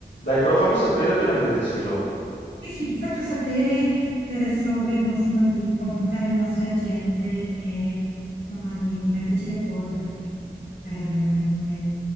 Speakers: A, on the left (about 90°); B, on the left (about 75°).
A: Dai, però fammi sapere appena avete deciso.
B: Sì, sì, ti faccio sapere, cioè adesso vedo insomma di confrontare le nostre agende e insomma di, di metterci d'accordo perché insomma, sarebbe veramente